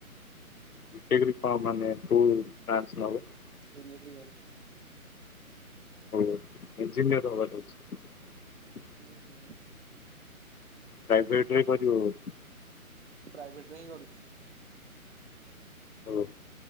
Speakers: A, on the left (about 80°); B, on the right (about 50°).
A: <unintelligible>
B: ଇଲେଟ୍ରିକାଲ।
A: ହଉ ଇଜିନିୟର ହବାର ଅଛି।
B: ହୁଁ ହୁଁ
A: ପାଭେଇଟ୍ ରେ କରିବ ବୋଧେ।
B: ପ୍ରାଇଭେଟ ରେ ହିଁ କରୁଚି।
A: ହଉ।